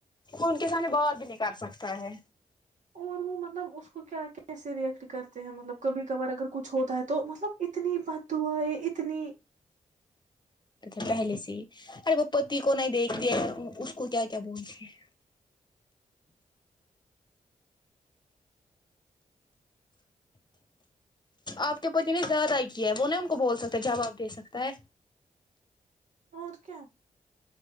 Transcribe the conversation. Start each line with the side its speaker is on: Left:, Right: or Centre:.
Left: ان کے سامنے بوت بھی نہیں کرال سکتا ہے
Right: اور وہ مطلب اس کو کیا کیسے ریئیکٹ کرتے ہیں مطلب کبھی کبار اگر کچھ ہوتا ہے تو مطلب اتنی بد دع ہے اتنی
Left: تھے پہلے سے ہی ارے وہ پتی کو نہیں دیکھتے اس کو کیا کیا بولتے ہیں آپ کے پت نے زیاد آئی کیا ہے وہ نا ان کو بول سکتا جواب دے سکتا ہے
Right: اور کیا